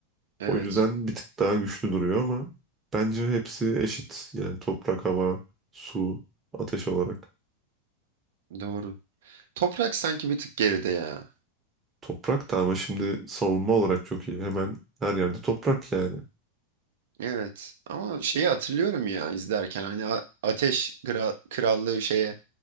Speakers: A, on the right (about 55°); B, on the right (about 20°).
A: Evet,
B: O yüzden bir tık daha güçlü duruyor ama bence hepsi eşit. Yani toprak, hava, su, ateş olarak.
A: doğru. Toprak sanki bir tık geride ya.
B: Toprak da ama şimdi savunma olarak çok iyi. Hemen her yerde toprak yani.
A: Evet ama şeyi hatırlıyorum ya izlerken hani a- ateş gra- krallığı şeye